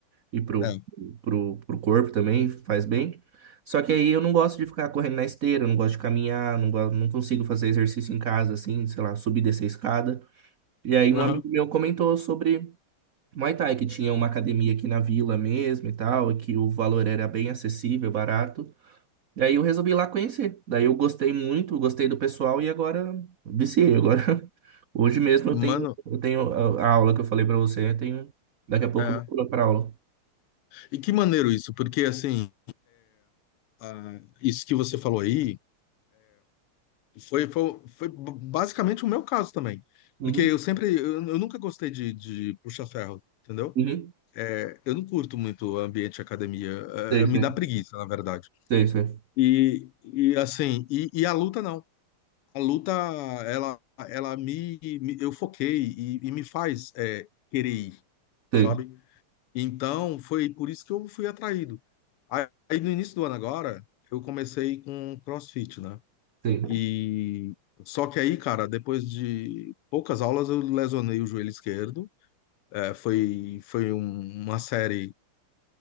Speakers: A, on the right; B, on the left.
A: e pro,
B: É.
A: pro, pro corpo também faz bem. Só que aí eu não gosto de ficar correndo na esteira, eu não gosto de caminhar, não gosto, não consigo fazer exercício em casa, assim, sei lá, subir e descer a escada. E aí
B: Aham.
A: um amigo meu comentou sobre Muay Thai, que tinha uma academia aqui na vila mesmo e tal, e que o valor era bem acessível, barato. Daí eu resolvi ir lá conhecer. Daí eu gostei muito, gostei do pessoal e agora viciei. Agora, <laughs> hoje mesmo eu tenho,
B: Mano,
A: eu tenho a a aula que eu falei pra você, eu tenho, daqui a pouco
B: é.
A: eu vou pular pra aula.
B: E que maneiro isso, porque assim, ah, isso que você falou aí foi, foi, foi b- basicamente o meu caso também.
A: Uhum,
B: Porque eu sempre, eu, eu nunca gostei de, de puxa-ferro, entendeu?
A: uhum.
B: Eu não curto muito o ambiente de academia,
A: Sei,
B: eh, me
A: sei,
B: dá preguiça, na verdade.
A: sei, sei,
B: E, e assim, e, e a luta não. A luta, ela, ela me, me- eu foquei e, e me faz é, querer ir,
A: sei,
B: sabe? Então, foi por isso que eu fui atraído. Aí, aí, no início do ano agora, eu comecei com CrossFit, né?
A: sei.
B: E só que aí, cara, depois de poucas aulas, eu lesionei o joelho esquerdo. É, foi, foi um- uma série